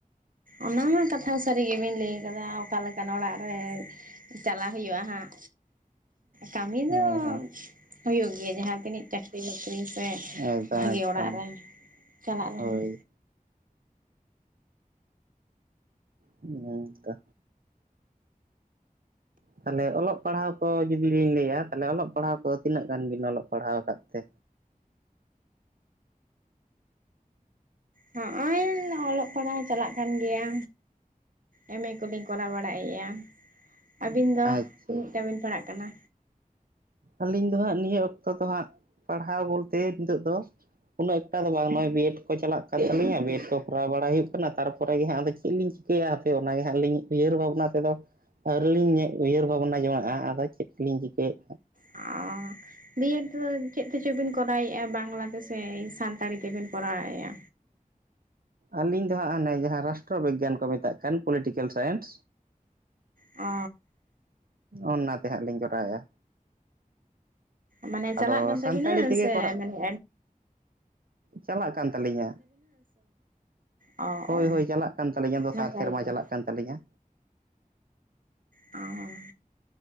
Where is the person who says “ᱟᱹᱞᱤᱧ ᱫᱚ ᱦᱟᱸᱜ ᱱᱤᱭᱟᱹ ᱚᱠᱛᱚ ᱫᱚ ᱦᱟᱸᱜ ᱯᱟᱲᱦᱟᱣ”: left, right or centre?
Right